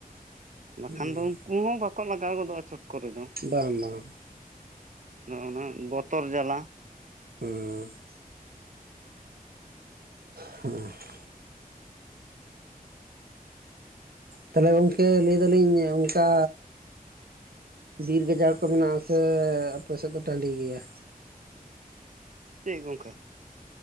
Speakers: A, on the right (about 55°); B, on the right (about 75°).
A: ᱵᱟᱠᱷᱟᱱ
B: ᱵᱮᱯᱟᱨ᱾
A: ᱫᱚ ᱩᱱᱠᱩ ᱦᱚᱸ ᱵᱟᱠᱚ ᱞᱟᱜᱟᱣ ᱜᱚᱫᱚᱜᱼᱟ ᱪᱚᱠ ᱠᱚᱨᱮ ᱫᱚ ᱾
B: ᱵᱟᱝ ᱵᱟᱝ ᱾
A: ᱟᱫᱚ ᱚᱱᱟ ᱵᱚᱛᱚᱨ ᱡᱟᱞᱟ ᱾
B: ᱦᱩᱸ ᱾ ᱦᱩᱸ ᱾ ᱛᱟᱦᱞᱮ ᱜᱚᱝᱠᱮ ᱞᱟᱹᱭ ᱫᱟᱞᱤᱧ ᱚᱱᱠᱟ ᱵᱤᱨ ᱜᱟᱡᱟᱲ ᱠᱚ ᱢᱮᱱᱟᱜᱼᱟ ᱥᱮ ᱟᱯᱮ ᱥᱮᱫ ᱫᱚ ᱴᱟᱺᱰᱤ ᱜᱮᱭᱟ?
A: ᱪᱮᱫ ᱜᱚᱝᱠᱮ?